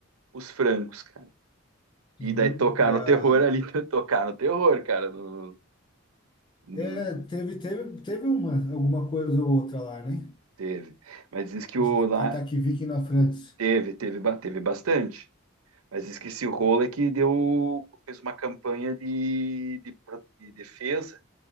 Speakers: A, on the right; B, on the left.
A: os francos, cara.
B: Sim,
A: E daí tocar
B: e
A: no
B: a,
A: terror ali, <laughs> tocar no terror, cara, no, no-
B: é,
A: no-
B: teve, teve, teve uma, alguma coisa ou outra lá, né,
A: teve. Mas diz que o
B: de
A: lá
B: ataque viking na França.
A: teve, teve, ba- teve bastante. Mas diz que esse rolo é que deu, fez uma campanha de, de, pro- de defesa